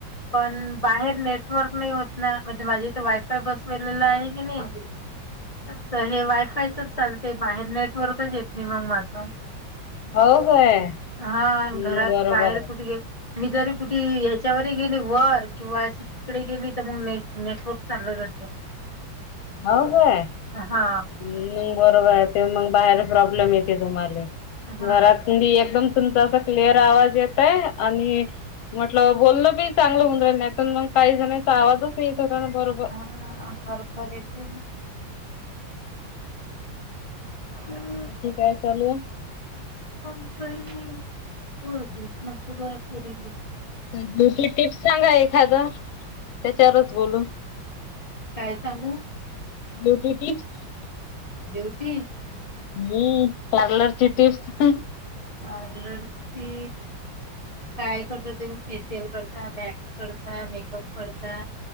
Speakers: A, on the left; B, on the left.
A: पण बाहेर नेटवर्क नाही होत ना म्हणजे माझ्या इथे वायफाय बसवलेला आहे कणी आता हे वायफायचच चालते बाहेर नेटवर्कच येत नाही मग माझं.
B: हो काय
A: हा
B: हम्म
A: घरात
B: बरोबर
A: बाहेर
B: आहे.
A: कुठे गे मी जरी कुठे य त्याच्यामध्ये गेली वर किंवा अशी तिकडे गेली तर मग नेट नेटवर्क चाललं जातं.
B: हाऊ काय!
A: हा!
B: मग बरोबर आहे ते मग बाहेर प्रॉब्लेम येते तुम्हाले
A: हा
B: घरात मी एकदम तुमचा अस क्लिअर आवाज येतय आणि म्हटलं बोलण बी चागलं होऊन राहिल नाही तर मग काही जण्याचा आवाजच येत होता ना बरोब
A: हा खर खर येत. <inaudible>
B: आणखी काय चालू हा?
A: <unintelligible>
B: छोटीशी टिप्स सांगा एखादं त्याच्यावरच बोलू.
A: काय सांगू?
B: Beauty tips.
A: ब्युटी?
B: हम्म पार्लरची टिप्स.
A: पार्लरची काय करता तुम्ही फेशियल करता मॅक्स करता मेकअप करता?